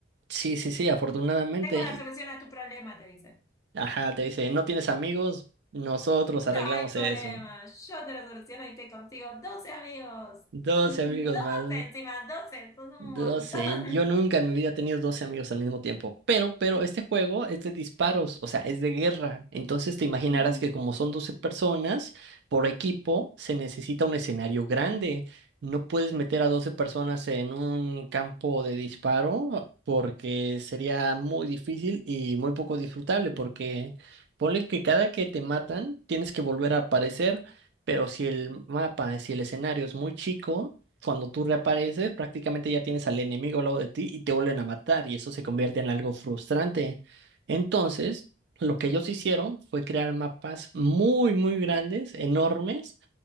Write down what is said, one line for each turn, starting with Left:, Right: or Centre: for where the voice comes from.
Right: sí, sí, sí, afortunadamente,
Left: Tengo la solución a tu problema, te dicen.
Right: ajá, te dice, no tienes amigos, nosotros arreglamos
Left: No hay problema,
Right: eso.
Left: yo te lo soluciono y te consigo doce amigos.
Right: 12
Left: <laughs> doce
Right: amigos más.
Left: encima, 12 son un
Right: doce.
Left: montón.
Right: Yo nunca en mi vida he tenido 12 amigos al mismo tiempo. Pero, pero este juego es de disparos, o sea, es de guerra. Entonces te imaginarás
Left: <laughs> Ujú.
Right: que como son 12 personas por equipo, se necesita un escenario grande. No puedes meter a 12 personas en un campo de disparo porque sería muy difícil y muy poco disfrutable porque ponle que cada que te matan tienes que volver a aparecer. Pero si el mapa, si el escenario es muy chico, cuando tú reapareces, prácticamente ya tienes al enemigo al lado de ti y te vuelven a matar y eso se convierte en algo frustrante. Entonces, lo que ellos hicieron fue crear mapas muy, muy grandes, enormes,